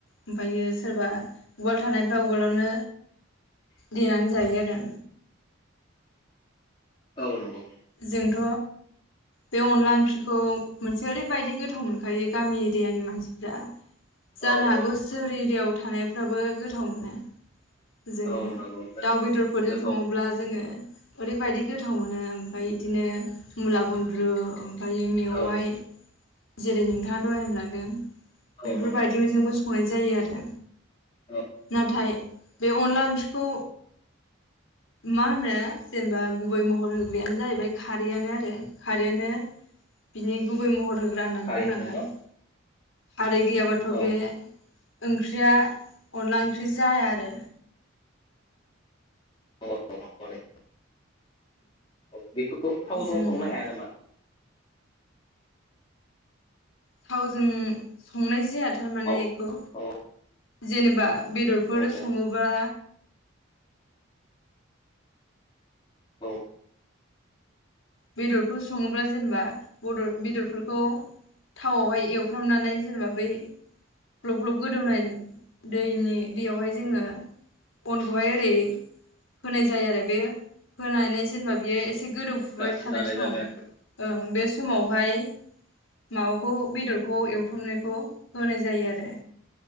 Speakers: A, on the left (about 80°); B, on the left (about 25°).
A: ओमफायो सोरबा उवाल थानायफ्रा उवालावनो देनानै जायो आरो
B: औ नंगौ।
A: जोंथ' बे अनला ओंख्रिखौ मोनसे ओरैबायदि गोथाव मोनखायो गामि एरियानि मानसिफ्रा जानो
B: औ
A: हागौ
B: औ
A: सोरिदेव थानायफ्राबो गोथाव मोनो। जोङो
B: औ नंगौ जायो
A: दाउ बेदरफोरजों
B: गोथाव
A: सङोब्ला जोङो ओरैबायदि गोथाव मोनो फाय इदिनो मुला-गुन्द्रु फायो मेवाइ
B: औ
A: जेरै नोंथाङा दहाय होनलांदों।
B: औ
A: बिफोरबायदिनो
B: नंगौ
A: जोंबो सं हय जायो आरो
B: औ
A: नाथाय बे अनला ओंखि खौ मा होनो जेनेबा गुबै महर हो बेनो जाहैबाय खारैयानो आरो खारैयानो बिनि गुबै महर होग्रा होननानै
B: थारैनो
A: बुंनांगोन।
B: न'
A: खारै गैयाबाथ'
B: औ
A: बे ओंख्रिया अनदला ओंख्रि जाया आरो
B: <unintelligible> <unintelligible> बेखौ थावजों
A: जों
B: संनो हाया नामा?
A: थावजों संनाय जाया थारमाने
B: औ
A: इखौ
B: औ
A: जेनेबा बेदरफोर
B: औ
A: सङोबा
B: औ
A: बेदरफोर सङोब्ला जेनेबा बदर बेदरफोरखौ थावाहाय एवफ्रामनानै जेनेबा बै ग्लब ग्लब गोदौनाय दैनि दियावहाय जोङो अनखौहाय ओरै होनाय जायो आरो बे होनानै जेनेबा बियो एसे गोदौ फु
B: गारसिन
A: थानाय
B: लानाय
A: सम
B: जाबाय
A: ओं बे समाव बावहाय माबाखौ बेदरखौ एवथ्रमनायखौ होनाय जायो आर जे।